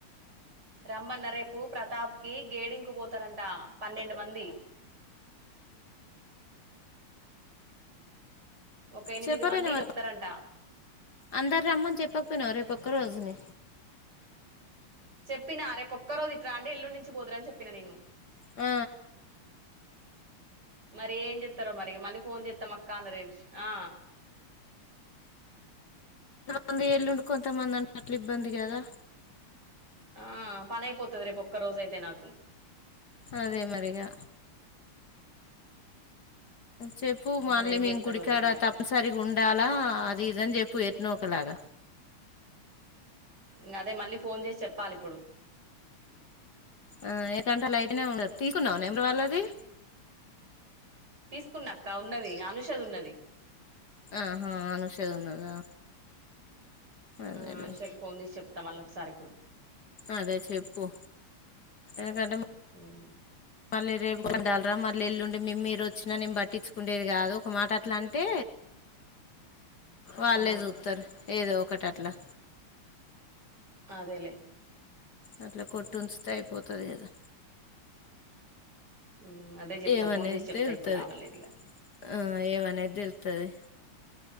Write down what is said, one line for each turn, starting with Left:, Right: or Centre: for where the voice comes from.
Right: రమ్మన్న రేపు ప్రతాప్ కి గేరింగ్ కు పోతారంట పన్నెండు మంది ఒక ఎనిమిది
Left: చెప్పపోయినావ
Right: మంది ఇటొత్తరంట
Left: అందరు రమ్మని చెప్పకపోయినాం రేపు ఒక్క రోజుని
Right: చెప్పినా రేపు ఒక్క రోజు ఇటు రాండి ఎల్లుండి నుంచి పోదురు అని చెప్పిన నేను
Left: ఆ
Right: మరి ఏం చెస్తారో మరి మళ్ళీ ఫోన్ చేస్తాం అ కాండరేవ్ష్ ఆ
Left: కొంది ఎల్లుండి కొంతమంది అన్నట్లు ఇబ్బంది కదా
Right: ఆ పనయిపోతది రేపు ఒక్క రోజు అయితే నాకు
Left: అదే మరి ఇగా చెప్పు మళ్ళీ
Right: మరి ఏం
Left: మేము
Right: చేత్తరో
Left: గుడికాడ
Right: రేపు ఇగ
Left: తప్ నిసరిగా ఉండాలా అది ఇది అని చెప్పు ఎట్నో ఒకలాగ
Right: ఇంగ అదే మళ్ళీ ఫోన్ చేసి చెప్పాలి ఇప్పుడు
Left: ఆ ఏ గంట లైనే ఉండద్ తీస్ కున్నావా నంబర్ వాళ్ళది
Right: తీసుకున్నా అక్క ఉన్నది అనుష ది ఉన్నది
Left: ఆహా అనుషది ఉన్నదా
Right: ఆ
Left: అదేలే
Right: అనుషాక్ ఫోన్ చేసి చెప్ త్త మళ ఒకసారి ఇప్పుడు
Left: అదే చెప్పు ఎందుకంటే
Right: హుం
Left: మళ్ళీ రేపు కొండాలరా మళ్ళీ ఎల్లుండి మి మీరు వచ్చినా నేను పట్టించుకుండేది కాదు ఒక మాట అట్లా అంటే వాళ్ళే
Right: ఆ
Left: చూత్తరు ఏదో కటట్లా
Right: అదేలే
Left: అట్ల కొట్టుంచుతే ఐపోతాది కదా
Right: ఊ అదే చెప్తా
Left: ఏమనేది
Right: ఫోన్ చేసి చెప్తా
Left: తెలుతుంది
Right: ఇప్పుడు లాభం లేదిగ
Left: ఆ ఏమనేది తెలుత్తది